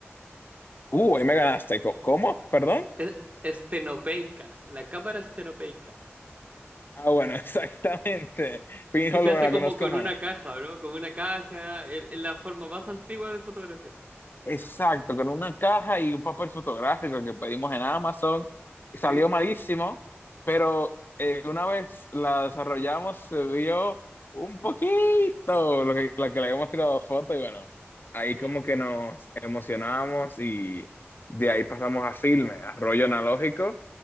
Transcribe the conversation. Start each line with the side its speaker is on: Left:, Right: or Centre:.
Left: Uh, ahí me ganaste. Co- ¿Cómo? ¿Perdón?
Right: Es- estenopeica, la cámara estenopeica.
Left: Ah, bueno, <laughs> exactamente. Pinhole,
Right: Que se hace
Left: bueno, la
Right: como
Left: conozco
Right: con
Left: más.
Right: una caja, ¿no? Como una caja, es es la forma más antigua de fotografía.
Left: Exacto, con una caja y un papel fotográfico que pedimos en Amazon. Y salió
Right: Sí.
Left: malísimo, pero eh, una vez la desarrollamos se vio un
Right: Mm,
Left: poquito lo que, la que le habíamos tirado foto y bueno, ahí
Right: Ya.
Left: como que nos emocionamos y de ahí pasamos a filme, a rollo analógico